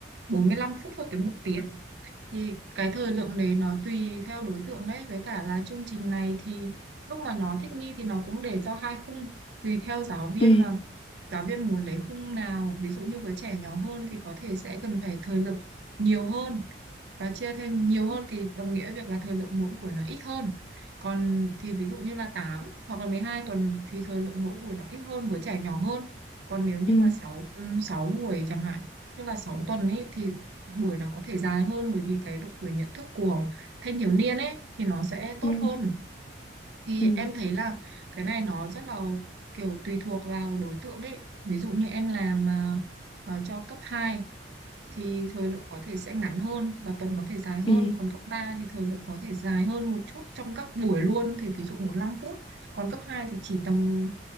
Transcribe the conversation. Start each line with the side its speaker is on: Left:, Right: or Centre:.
Right: bốn mươi lăm phút cho tới một tiếng. thì cái thời lượng đấy nó tùy theo đối tượng đấy với cả là chương trình này thì lúc mà nó thích nghi thì nó cũng để cho hai khung tùy theo giáo viên
Left: ừ
Right: mà giáo viên muốn lấy khung nào ví dụ như với trẻ nhỏ hơn thì có thể sẽ cần phải thời lượng nhiều hơn và chia thêm nhiều hơn thì đồng nghĩa việc là thời lượng mỗi buổi nó ít hơn còn thì ví dụ như là 8 hoặc là 12 tuần thì thời lượng mỗi buổi nó ít hơn với trẻ nhỏ hơn còn nếu như
Left: ừ
Right: mà 6 ừ, 6 buổi chẳng hạn tức là 6 tuần ấy thì buổi nó có thể dài hơn bởi vì cái độ tuổi nhận thức của thanh thiếu niên ấy thì nó sẽ tốt
Left: ừ
Right: hơn thì
Left: ừ
Right: em thấy là cái này nó rất là kiểu tùy thuộc vào đối tượng ấy ví dụ như em làm à, à, cho cấp 2 thì thời lượng có thể sẽ ngắn hơn và tuần có thể dài hơn
Left: ừ
Right: còn cấp 3 thì thời lượng có thể dài hơn một chút trong các buổi luôn thì ví dụ 45 phút còn cấp 2 thì chỉ tầm